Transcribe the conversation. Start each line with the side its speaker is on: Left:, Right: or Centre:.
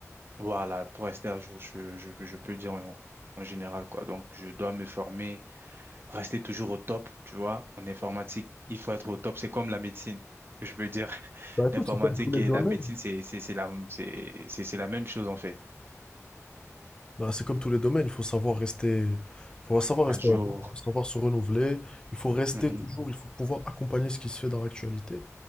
Right: Voilà, pour rester à jour, je, je, je peux dire en, en général quoi. Donc, je dois me former rester toujours au top, tu vois. En informatique, il faut être au top. C'est comme la médecine. Je veux dire, <laughs>
Left: Bah écoute,
Right: l'informatique
Left: c'est dans tous les
Right: et
Left: domaines.
Right: la médecine, c'est, c'est, c'est la, c'est, c'est c'est la même chose, en fait.
Left: Bah, c'est comme tous les domaines, il faut savoir rester, il faut savoir
Right: Un
Left: rester,
Right: jour.
Left: en- il faut savoir se renouveler, il faut rester
Right: Mhm.
Left: toujours, il faut pouvoir accompagner ce qui se fait dans l'actualité.